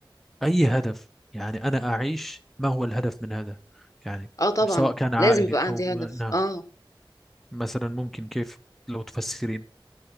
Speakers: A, in the centre; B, on the left.
A: أي هدف يعني أنا أعيش ما هو الهدف من هذا؟ يعني
B: اه طبعا
A: سواء كان عائلي
B: لازم يبقى
A: أو
B: عندي هدف
A: نعم
B: اه
A: مثلا ممكن كيف لو تفسرين؟